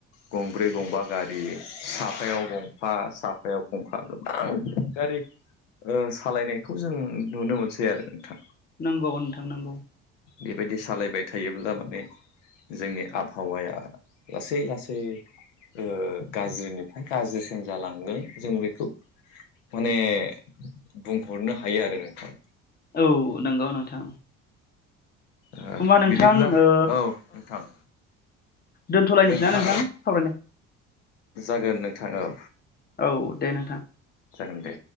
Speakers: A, on the left; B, on the left.
A: गंब्रै गंबा गारि साफायाव गंफा साफायाव गंफा गोबां गारि ओ सालायनायखौ जों नुनो मोनसै आरो नोंथां।
B: नंगौ नोंथां नंगौ
A: बेबायदि सालायबाय थायोब्ला माने जोंनि आबहावाया लासै लासै ओ गाज्रिनिफ्राय गाज्रिसिन जालांगोन जों बिखौ माने बुंहरनो हायो आरो नोंथां।
B: औ नोंगौ नोंथां।
A: ओ
B: होमबा नोंथां
A: बिदिब्ला
B: ओ
A: औ नोंथां।
B: दोन्थ'लायनिसैना
A: जोंहा
B: नोंथां सावरायनो
A: जागोन नोंथां। औ
B: औ दे नोंथां।
A: जागोन दे।